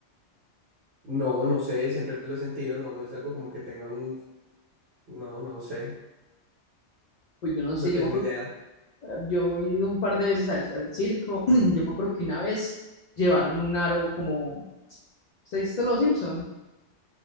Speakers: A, on the right; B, on the left.
A: No, no sé, siempre lo he sentido, no, no es algo como que tenga un... No, no sé,
B: Pues yo no
A: no
B: sé, yo
A: tengo
B: me acuerdo,
A: idea.
B: yo he ido un par de veces al, al circo, <clears throat> yo me acuerdo que una vez llevaron un aro como, ¿se dice Los Simpson?